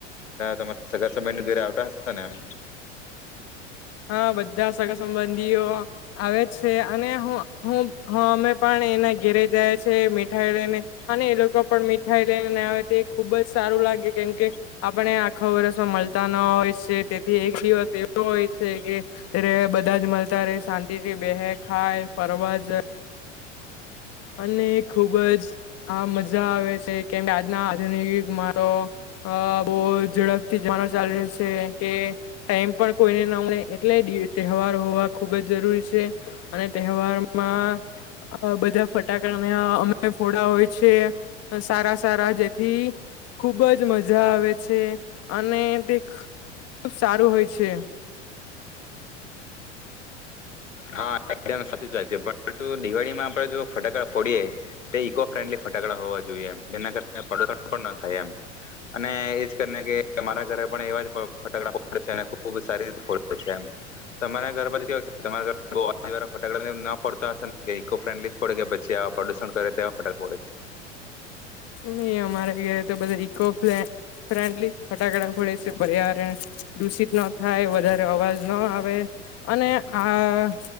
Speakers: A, on the left; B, on the left.
A: તમારે સગા સમય ઘેરે આવતા હશે ને એમ.
B: હા બધા સગા સંબંધીઓ આવે જ છે અને હું અમે પણ એના ઘેરે જયા છે મીઠાઈ લને. અને એ લોકો પણ મીઠાઈ લઈને આવે તે ખુબ જ સારું લાગે કેમ કે આપણે આખો વર્ષમાં મળતા ન હોય છે તેથી એક દિવસ એવો હોય. કે, ર બધા જ મળતા ર શાંતિ થી બેહે ખાય ફરવા જાય. અને ખુબ જ હા મજા આવે છે કેમ આજના આધુનિક મારો અ બહુ ઝડપથી જમાનો ચાલી રહ છે કે ટાઈમ પણ કોઈને ના મળ મળે એટલે તહેવાર હોવા ખુબ જ જરૂરી છે. અને તહેવારમાં અ બધા ફટાકડાને અમે ફોડાા હોય છે, સારા સારા જેથી ખુબ જ મજા આવે છે, અને તે ખબ સારું હોય છે.
A: હા એકમ સાચી વાત છે પણ દિવાળીમાં આપે જો ફટાકડા ફોડીયએ. તે ઇકો ફ્રેન્ડલી ફટકડા હોવા જોઈએ એમ જેના કારટો પણ થાય એમ. અને એજ કરીને કે તમારા ઘરે પણ એવા જ ફટાકડા ફડે છે અને ખુબ સારી રીતે ફો છે, એમ તમારા ઘરછ કેવાય તમા બઉ આવાર ફટાકડા ના ફડતા હશે ને ઈકો ફ્રેન્ડલી ફડે કે પી આવા પ્રદુષણ કરે તેવા ફટાક ફડે છે?
B: નહી અમારે ઘ તો બધા ઇકો પ્લે ફ્રેન્ડલી ફટાકડા ખોલે છે પર્યાવરણ દૂષિત ન થાય વધારે અવાજ ન આવે. અને આ